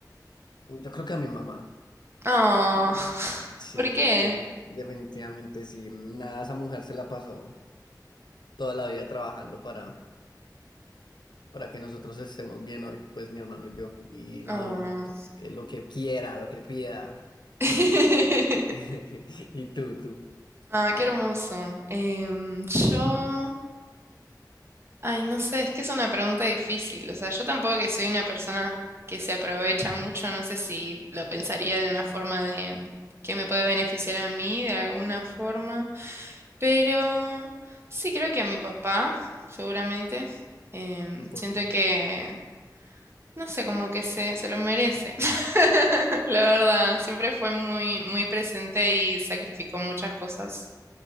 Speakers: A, on the left; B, on the right.
A: Yo creo que a mi mamá.
B: Oh,
A: Y
B: <laughs>
A: sí,
B: ¿por qué?
A: defini- definitivamente sí. Nada, esa mujer se la pasó toda la vida trabajando para, para que nosotros estemos bien hoy, pues mi hermano y yo. Y no,
B: Oh.
A: no, tú- que lo que quiera, lo que pida.
B: <laughs>
A: Y, <laughs> y tú, tú.
B: Ah, qué hermoso. Em, yo, ay, no sé, es que es una pregunta difícil. O sea, yo tampoco que soy una persona que se aprovecha mucho, no sé si lo pensaría de una forma de mm, que me puede beneficiar a mí de alguna forma, pero sí creo que a mi papá, seguramente. Em,
A: ¿Por
B: siento
A: qué?
B: que, no sé, como que se, se lo merece. <laughs> La verdad, siempre fue muy, muy presente y sacrificó muchas cosas